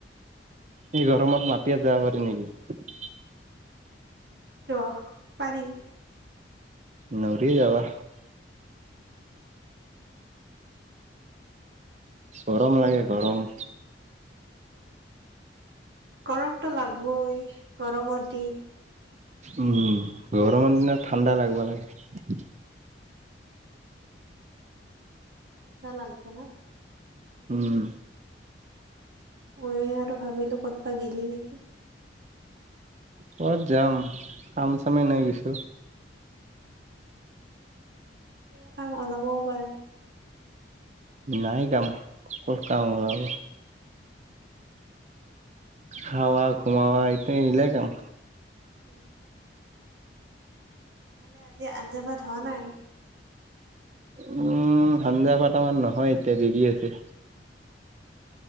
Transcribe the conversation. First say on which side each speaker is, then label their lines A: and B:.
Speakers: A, on the right (about 40°); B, on the right (about 65°).
A: এই গৰমত মাটিয়ে যাবা পাৰি নেকি?
B: কিয় পাৰি।
A: নৰি যাবা। গৰম লাগে গৰম।
B: গৰমতটো লাগবই গৰমৰ দিন।
A: উম, গৰমৰ দিনত ঠাণ্ডা লাগিবা লাগে।
B: ঠাণ্ডা লাগিব না।
A: উম।
B: মই ইয়াটো ভাবিলো ক'তবা গেলি নেকি?
A: কত যাম কাম চামেই নাই কিছো।
B: কিবা কাম ওলাবও পাৰে।
A: নাই কাম কত কাম ওলাব। খাৱা ঘোমোৱা এইতা আইগিলা কাম
B: উম, নহলে আজি আঞ্জাভাত হোৱা নাই।
A: উম, সানঞ্জা কটামান নহয় এতিয়া দেৰি আছে।